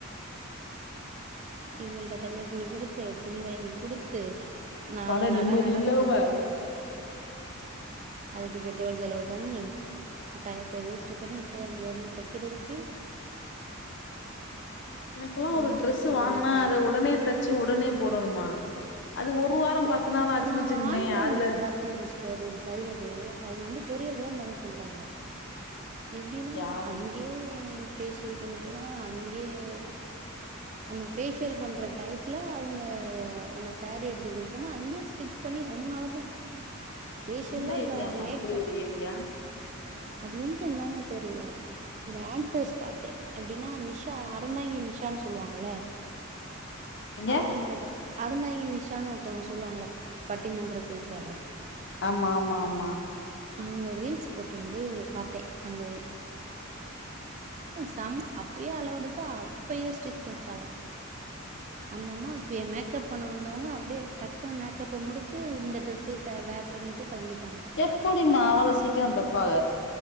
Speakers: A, on the right; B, on the left.
A: இவங்கள்ட்ட தைய கூலி குடுத்து துணி வாங்கி குடுத்து நாள்
B: மன
A: நட
B: நிம்மதி
A: நடந்து
B: இல்லாம
A: அதுக்கு பெட்ரோ ரோல்ஸ் செலவு பண்ணி டயத்த வேஸ்ட் பண்ணி போய் அங்க இருந்து தைக்கிறதுக்கு
B: <inaudible> எனக்கெல்லா
A: நம்ம
B: ஒரு டிரெஸ்
A: பேசாம
B: வாங்கினா
A: வீட்லயே
B: அத உடனே தச்சு உடனே போடணுமா அது ஒரு வாரம் பத்து
A: ஓ
B: நாள் ஆச்சுன்னு
A: நா
B: வச்சுங்களேன்
A: ஆன்லைன்ல
B: அதுல
A: பாத்தே ஒரு டைலரு அவங்க வந்து கொரியர் தா பண்ண சொல்றாங்க எப்படின்னா
B: யாரும்
A: அங்கேயே பேஷியல் பண்ணிக்கலா அங்கேயே நம்ம பேஷியல் பண்ற டைத்ல அவங்க நம்ம சாரி எடுத்து கொடுத்தோம்னா அங்கேயே ஸ்டிச் பண்ணி ஒன் அவர் தான் பேஷியல்லா
B: எந்த ஏரியாமா
A: லேட்
B: இப்படி
A: பண்
B: ஒரு ஏரியா
A: அது எங்கன்னுந்தாங்க தெரில ஒரு ஆக்டர்ஸ் பாத்தேன் எப்படின்னா நிஷா அறந்தாங்கி நிஷான்னு சொல்லுவாங்கல்ல
B: எங்க
A: அவங்க ஒரு அறந்தாங்கி நிஷான்னு ஒருத்தவங்க சொல்லுவாங்கள பட்டிமன்ற பேச்சாளர்
B: ஆமா ஆமா ஆமா
A: அவங்க ரீல்ஸ் போட்ருந்து பாத்தேன் அந்த செம்ம அப்பயே அளவுடுத்து அப்பயே ஸ்டிச் பண்ட்டாங்க
B: <inaudible>
A: அந்த அம்மா இப்ப மேக்கப் பண்ண வந்தவங்க அப்படியே டக்குனு மேக்கப்ப முடிச்சு இந்த டிரெஸ்ஸயே வேர் பண்ணிட்டு கெளம்பிட்டாங்க
B: எப்படிமா அவளசீக்கிறந்தப்பாக